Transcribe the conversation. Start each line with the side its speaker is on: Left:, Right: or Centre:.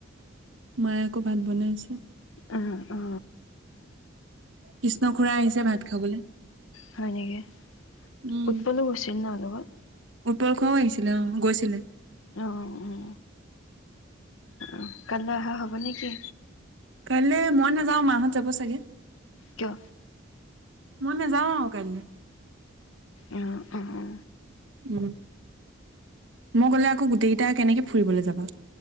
Right: মায়ে আকৌ ভাত বনাই আছে।
Left: অ অ।
Right: কৃষ্ণ খুৰা আহিছে ভাত খাবলৈ।
Left: হয় নেকি
Right: উম
Left: উৎপলো গৈছিল ন লগত?
Right: উৎপল খুৰাও আহিছিলে অ গৈছিলে।
Left: অ অ অ কাইলৈ অহা হ'ব নে কি?
Right: কাইলৈ মই নাযাওঁ মাহঁত যাব চাগে।
Left: কিয়?
Right: মই নাযাওঁ আৰু কাইলৈ
Left: অঁ অঁ।
Right: উম, মই গলে আকৌ গোটেই কেইটা কেনেকে ফুৰিবলৈ যাবা?